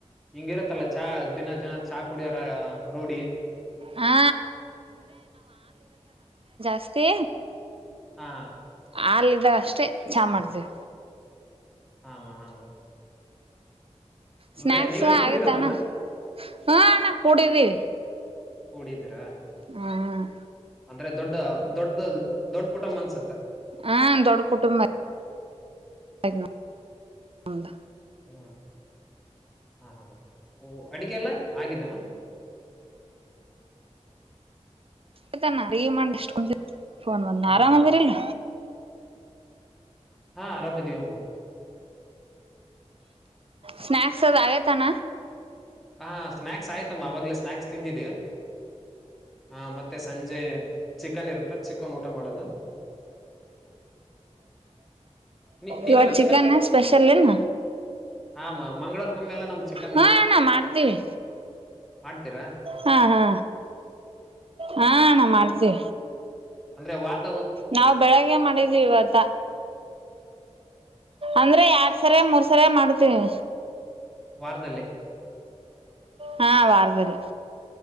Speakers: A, in the centre; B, on the right (about 55°).
A: ಹಿಂಗಿರತ್ತಲ್ಲ ಚಹಾ ದಿನ ಜನ ಚಾ ಕುಡಿಯರ ರೂಢಿ
B: ಹಾ ಸ್ಷ್ಟೇ
A: ಹಾ
B: ಹಲ್ಿದ್ದಾಗ ಅಷ್ಟೆ ಚಾ ಮಾಡ್ತೀವಿ,
A: ಹಾಮ ಹಾಮ ಅಂದ್ರೆ
B: ಸ್ನಾಯಕ್ಸ್
A: ನೀವೇನ್
B: ಆಗೇತಾನ
A: ಕೂಡಿರೋದಮ್ಮ
B: ಹಾಣ್ಣ ಕೂಡಿದ್ದೀವಿ,
A: ಕುೂಡಿದೀರಾ
B: ಹ್ಮ್
A: ಅಂದ್ರೆ ದೊಡ್ಡ ದೊಡ್ಡ ದೊಡ್ಡ ಕುಟುಂಬ ಅನ್ಸುತ್ತೆ
B: ಹಾ ದೊಡ್ಡ ಕುಟುಂಬ, ನಂಬದ
A: ಹಾ ಹಾ ಹಾ ಅಡಗೆ ಎಲ್ಲ ಆಗಿದ್ದಮ್ಮ
B: ಆಯ್ತನ ರಿ ಮಾಡಷ್ಟು ಫೋನ್ ಬಂದ್ನ
A: ಹಾ
B: ಆರಾಮ
A: ಹಾ
B: ಅದಿರಿಲ್ಲ.
A: ಹಾ ಆರಾಮ ಇದವಿಮ.
B: ಸ್ನಾಕ್ಸ್ ಆದ ಸಾಯತಾನ
A: ಹ ಸ್ನಾಯಕ್ಸ್ ಆಯ್ತಮ್ಮ ಆವಾಗಲೇ ಸ್ನಾಕ್ಸ್ ತಿಂದಿದ್ದ ಹಾ ಮತ್ತೆ ಸಂಜೆ ಚಿಕನ್ ಇರುತ್ತ ಚಿಕನ್ ಊಟ ಮಾಡೋದು. ನೀ- ನೀವೆಲ್ಲ
B: ಇವಾಗ ಚಿಕನ್ ಸ್ಪೆಷಲ್ನ ಏನ್
A: ಹ ಮಾ ಮಂಗಳರ ಕಮ್ಮಿ ಎಲ್ಲ ನಮ್ ಚಕ್ಕ
B: ಹಾ ನಾ ಮಾಡ್ತೀವಿ.
A: ಮಾಡ್ತೀರಾ.
B: ಹಾ ಹಾ ಹಾ ನಾ ಮಾಡ್ತೇ.
A: ಅಂದ್ರೆ ವಾರ್
B: ನಾವವು ಬೆಳಗ್ಗೆ ಮಾಡಿದೀವಿ ಇವತ್ತ ಅಂದ್ರೆ ಎರಡ್ ಸರ ಮೂರ್ ಸರ ಮಾಡತಿವಿ.
A: ವಾರದಲ್ಲ
B: ಹಾ ವಾರ್ದದಲ್ಲಿ